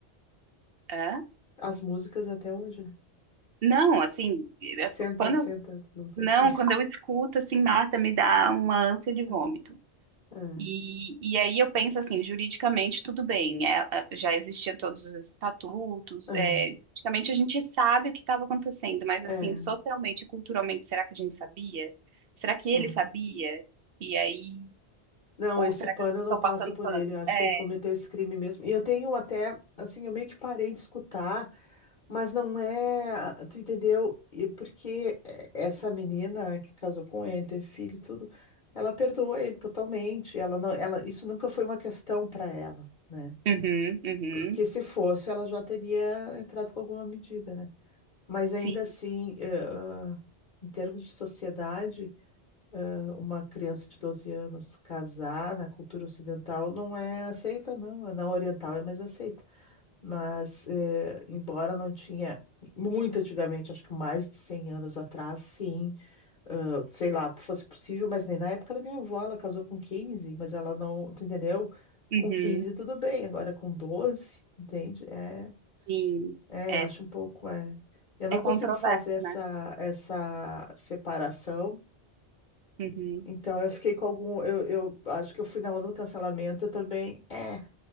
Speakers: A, on the right; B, on the left.
A: é?
B: as músicas até hoje, né?
A: não, assim, é-
B: Senta,
A: quando,
B: senta, não sei
A: não,
B: o quê.
A: quando eu escuto, assim, Marta, me dá uma ânsia de vômito.
B: <laughs> Ah, ah,
A: E, e aí eu penso assim, juridicamente tudo bem, é, é, já existiam todos os estatutos,
B: ah,
A: é, juridicamente a gente sabe o que estava acontecendo, mas assim,
B: é,
A: socialmente e culturalmente, será que a gente sabia? Será que ele
B: ah.
A: sabia? E aí
B: Não,
A: Ou
B: esse
A: será
B: pano
A: que
B: eu
A: estão
B: não passo
A: passando
B: por
A: pano?
B: ele. Eu acho
A: É.
B: que ele cometeu esse crime mesmo. E eu tenho até, assim, eu meio que parei de escutar, mas não é, ah, tu entendeu? E porque eh, essa menina que casou com ele, teve filho e tudo, ela perdoou ele totalmente. Ela não, ela, isso nunca foi uma questão para ela, né?
A: Uhum, uhum.
B: Porque se fosse, ela já teria entrado com alguma medida, né? Mas
A: Sim,
B: ainda assim, eh, ah, em termos de sociedade uma criança de 12 anos casar na cultura ocidental não é aceita, não. É, Na oriental é mais aceita. Mas, eh, embora não tinha muito antigamente, acho que mais de 100 anos atrás, sim, ah, sei lá, fosse possível, mas nem na época da minha avó, ela casou com quinze mas ela não, tu entendeu?
A: uhum,
B: Com 15 tudo bem, agora com doze entende? É,
A: sim.
B: é,
A: É,
B: eu acho um pouco, é. Eu não
A: é controverso,
B: consigo fazer essa,
A: né?
B: essa separação
A: Uhum.
B: então eu fiquei com algum. Eu, eu acho que eu fui na onda do cancelamento. Eu também. É,